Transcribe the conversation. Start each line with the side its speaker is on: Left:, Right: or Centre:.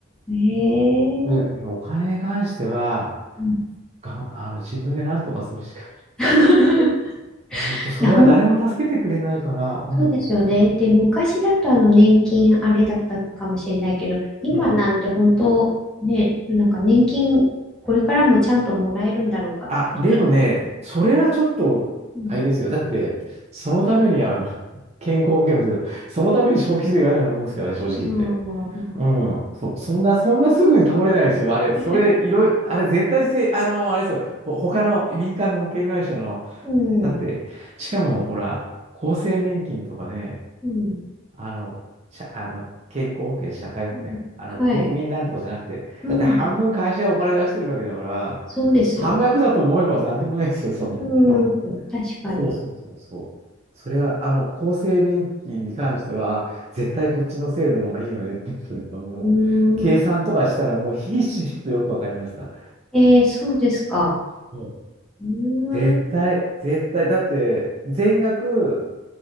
Centre: ええ
Right: とにかくね、お金に関しては、
Centre: うん。
Right: がん、あの、自分で何とかするしかな
Centre: <laughs>
Right: い、本当、それは誰も助けてくれないから、
Centre: いや、ほん、
Right: うん、
Centre: そうですよね。
Right: うん、
Centre: で、昔だとあの年金あれだったかもしれないけど、今なんて本当、
Right: うん。
Centre: ね、なんか年金これからもちゃんともらえるんだろうかみたいな。
Right: あ、でもね、それはちょっと、
Centre: うん。
Right: あれですよ。だって、そのために、あの、<laughs> 健康保険ですけど、そのために消費税があるようなもんですからね、正直言って。
Centre: うん。
Right: うん、そう、そんな、そんなすぐに倒れないですよ。あれ、
Centre: <laughs>
Right: それ、いろいろ、あれ、絶対せ、あの、あれですよ、ほ、他の民間の保険会社の、
Centre: うん。
Right: だって、しかもほら、厚生年金とかね、
Centre: うん。
Right: あの、社あの、健康保険、社会保険、
Centre: うん、
Right: あの、
Centre: はい。
Right: 国民なんとかじゃなくて、
Centre: うん。
Right: だって半分会社がお金出してるわけだから、
Centre: そうですよね。
Right: 半額だと思えばなんでもないですよ、そんなの。
Centre: うん。
Right: うん <laughs>
Centre: 確かに。
Right: そうそうそうそう。それは、あの、厚生年金に関しては、あ絶対こっちの制度の方がいいよねって、それはもう、
Centre: うん。
Right: 計算とかしたらもうひしひしとよくわかりました。
Centre: えー、そうですか。
Right: もうん
Centre: うん。
Right: 絶対、絶対、だって、全額、